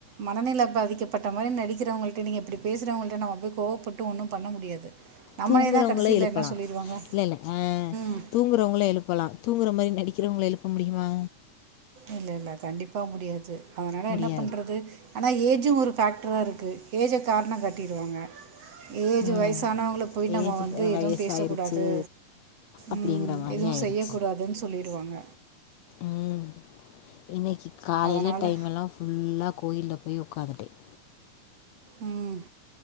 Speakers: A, on the right; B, on the left.
A: மனநெலப் பாதிக்கப்பட்ட மாரி நடிக்கிறவங்ககிட்ட நீங்க இப்டி பேசுறவங்கள்ட நம்ம போய் கோவப்பட்டு ஒன்னு பண்ண முடியாது நம்மளே
B: தூங்குறவங்கள
A: தான் கடைசியில்
B: எழுப்பலா
A: என்ன சொல்லிடுவாங்க
B: இல்ல இல்ல ஆ
A: ம்
B: தூங்குறவங்கள எழுப்பலா தூங்குற மாரி நடிக்கிறவங்கள எழுப்ப முடியுமா
A: இல்ல ல்ல கண்டிப்பா முடியாது அதனால
B: முடியாது
A: என்ன பண்றது ஆனா ஏஜு ஒரு ஃபேக்ட்ரா இருக்கு ஏஜ்ஜ காரண காட்டிடுவாங்க ஏஜ்
B: ம்
A: வயசானவங்கள போய் நம்ம
B: ஏஜ்
A: வந்து எதுவும்
B: வயசாயிருச்சு
A: பேசக் கூடாது
B: அப்படிங்கிற
A: ம்
B: மாதிரி
A: எதுவு
B: ஆயிடுச்சு
A: செய்ய கூடாதுன் சொல்லிருவாங்க
B: ம் இன்னக்கி காலைல
A: அதனால்
B: டைம் எல்லா ஃபுல்லா கோயில்ல போய் உக்காந்துட்டேன்
A: ம்